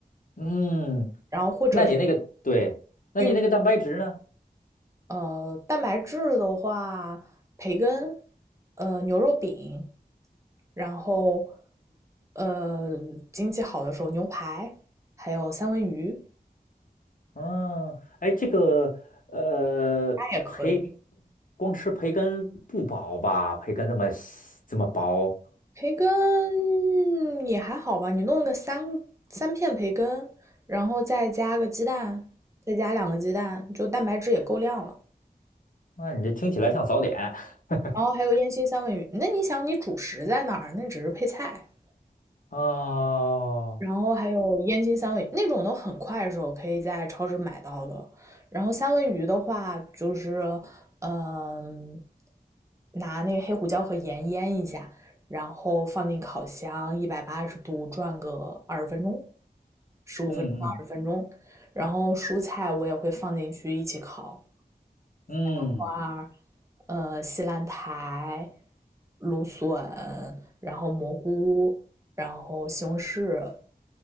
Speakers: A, on the left; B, on the right.
A: 嗯，
B: 然后或者是
A: 那你那个对，那你那个蛋白质呢？
B: 玉呃，蛋白质的话，培根，呃，牛肉饼，然后呃，经济好的时候牛排，还有三文鱼，
A: 嗯，哎，这个呃，
B: 它也可以。
A: 培光吃培根不饱吧？培根这么细这么薄，
B: 培根也还好吧，你弄个三三片培根，然后再加个鸡蛋，再加两个鸡蛋，就蛋白质也够量了。
A: 那你这听起来像早点。<laughs>
B: 然后还有烟熏三文鱼，那你想你主食在哪儿？那只是配菜。
A: 哦，
B: 然后还有烟熏三文鱼那种都很快手，可以在超市买到的。然后三文鱼的话，就是嗯，拿那个黑胡椒和盐腌一下，然后放进烤箱一百八十度转个二十分钟，十五分钟到二十分钟。
A: 嗯嗯
B: 然后蔬菜我也会放进去一起烤，
A: 嗯。
B: 花呃，西兰苔、芦笋，然后蘑菇，然后西红柿，